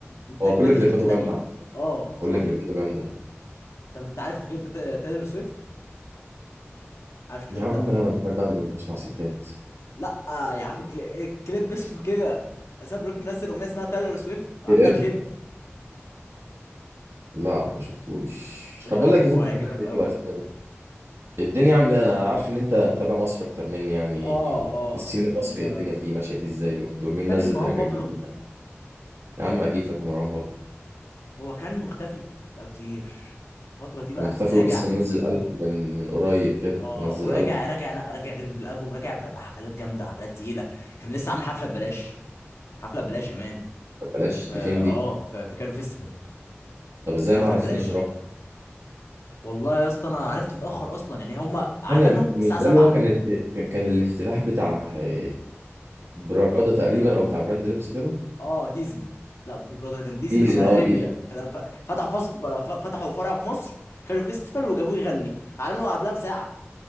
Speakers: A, on the left (about 85°); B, on the right (about 65°).
A: انتاج
B: هو كل
A: فني
B: كليباته
A: في حته تانية
B: جامدة عم.
A: اه
B: كل
A: بصراحه
B: كليباته جامدة
A: طب انت عارف كليب تا- تايلور سويفت عارف الكليب
B: يا عم
A: ده
B: لا ما انت عارف بقى اني مش بسمع ستات
A: لا آه يا عم كلي- كليب <laughs> اسمه كده اساب روكي منزل اغنيه اسمها تايلور سويفت عاملها
B: بجد
A: كليب
B: لا ما شفتوش
A: يبقى
B: طب بقول
A: شوفه
B: لك يفكك
A: هيعجبك
B: من الامريكي
A: قوي
B: بقى شويه الدنيا عامله إيه؟ انا عارف ان انت متابع مصر اكتر مني يعني
A: اه اه
B: السين المصري
A: ال-
B: إيه الدنيا فيه ماشيه فيه ازاي اليومين دول مين
A: فاكر
B: نزل
A: مروان
B: تراكات
A: بابلو
B: جديده يا عم اكيد فاكر مروان بابلو
A: هو كان مختفي بقى كتير الفتره دي بقى
B: كان مختفي
A: راجع
B: ولسه منزل ألبوم من من قريب كده
A: اه
B: منزل
A: وراجع
B: ألبوم
A: راجع لا راجع غير بالالبوم راجع ب- بحفلات جامده حفلات تقيله كان لسه عامل حفله ببلاش حفله ببلاش يا مان
B: بلاش
A: فا
B: دي فين دي
A: اه ف- في كانو فيستيفال
B: طب ازاي
A: حفله
B: ما عرفتنيش
A: ببلاش
B: نروح
A: والله يا اسطى انا عرفت متاخر اصلا يعني هم اعلنوا
B: انا مش
A: الساعه
B: ده
A: 7
B: اللي هو كان الافت- كان الافتتاح بتاع آه، براده تقريبا او بتاع براند لبس كده
A: اه ديزل لا ده كان ديزل
B: ديزل
A: على
B: اه
A: اريبيا
B: ديزل
A: كان ف- فتحوا فص... ف- فتحوا فرع في مصر كانوا فيستيفال وجابوه يغني اعلنوا قبلها بساعه